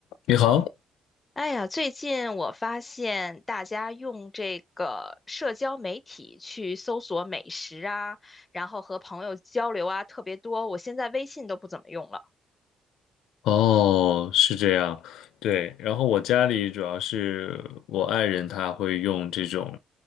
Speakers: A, on the left (about 80°); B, on the left (about 25°).
A: 你好，
B: 哎呀，最近我发现大家用这个社交媒体去搜索美食啊，然后和朋友交流啊，特别多。我现在微信都不怎么用了。
A: 哦，是这样，对。然后我家里主要是我爱人他会用这种，